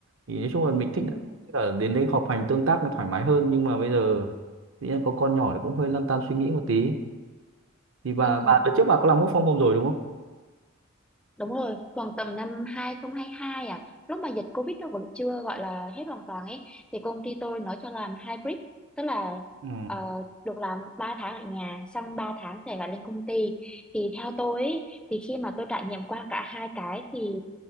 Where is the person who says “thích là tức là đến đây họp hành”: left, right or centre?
Right